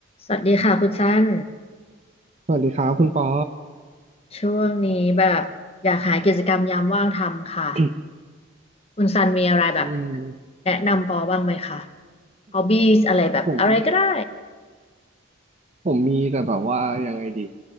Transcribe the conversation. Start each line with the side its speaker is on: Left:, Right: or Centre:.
Left: สวัสดีค่ะคุณสั้น
Right: สวัสดีครับคุณปอ
Left: ช่วงนี้แบบอยากหากิจกรรมยามว่างทำค่ะ
Right: <coughs>
Left: คุณซันมีอะไรแบบ
Right: อืม
Left: แนะนำปอบ้างไหมคะฮอบบี้อะไรแบบอะไรก็ได้
Right: ผมผมมีแต่แบบว่ายังไงดี